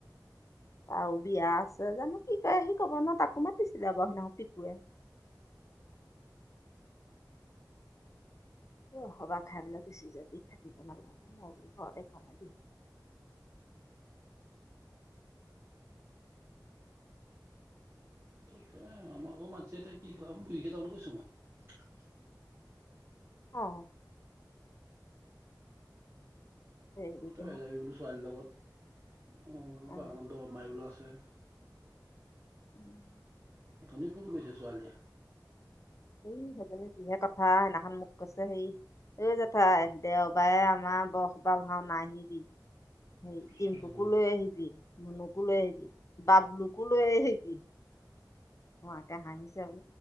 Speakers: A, on the left (about 40°); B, on the right (about 35°).
A: আৰু বিয়া আছে জানো কি কয় সি কব ন তাকো মাতিছিলে ব সিদিখন পিকুৱে তসবাহ খাইবেলাক বেছি যদি থাকিব নালাগে ঘৰত এখনদি
B: তাকে আমাৰ আকৌ মাতিছে এতিয়া কি ক গৰিকেইটাবলৈ কৈছোঁ মই
A: অ। উম।
B: সাৰি বোলো ছোৱালীৰ লগত
A: অ
B: বাগানন্দ মাৰিবোলো আছে।
A: উম। <unintelligible>
B: অতনি ফোন কৰিছে ছোৱালীয়ে।
A: এই সেইজনী যিহে কথা সেইদিনাখন মোক কৈছে হেৰি এই জেঠাই দেওবাৰে আমাৰ বস বা ভাও নাহিবি হেৰি
B: ছোৱালীয়ে
A: ডিম্পুকো লৈ আহিবি মুনুকো লৈ আহিবি বাবলুকো লৈ আহিবি মোৱাকে হাঁহিছে